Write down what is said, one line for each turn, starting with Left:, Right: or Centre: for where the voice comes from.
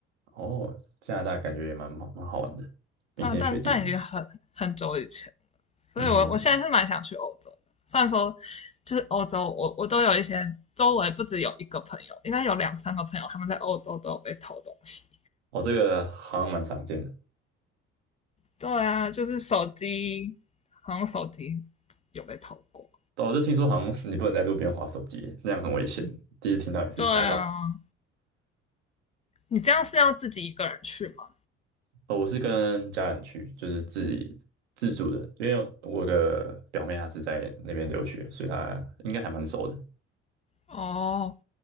Right: 哦，加拿大感觉也蛮蛮蛮好玩的，冰天雪地的。
Left: 啊，但但已经很很久以前了，所以我我现在是蛮想去欧洲的。
Right: 嗯，
Left: 虽然说就是欧洲，我我都有一些周围不止有一个朋友，应该有两三个朋友他们在欧洲都有被偷东西。
Right: 哦，这个好像蛮常见的。
Left: 对啊，就是手机，好像手机有被偷过。
Right: 哦，我就听说好像你不能在路边滑手机，那样很危险。第一次听到也是吓到。
Left: 对啊，你这样是要自己一个人去吗？
Right: 哦，我是跟家人去，就是自己自助的，因为我的表妹她是在那边留学，所以她应该还蛮熟的。
Left: 哦，